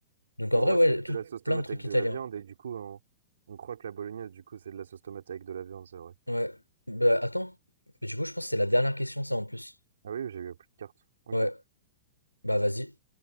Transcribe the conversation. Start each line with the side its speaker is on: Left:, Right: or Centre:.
Left: Donc
Right: Non,
Left: en vrai,
Right: en vrai,
Left: ouais,
Right: c'est juste
Left: tout,
Right: de la sauce tomate
Left: plein de trucs
Right: avec de
Left: italiens.
Right: la viande, et du coup, on, on croit que la bolognaise, du coup, c'est de la sauce tomate avec de la viande, c'est vrai.
Left: Ouais. Bah, attends, Mais du coup, je pense que c'est la dernière question, ça en plus.
Right: Ah oui, j'ai eu plus de cartes. Ok.
Left: Ouais, bah vas-y.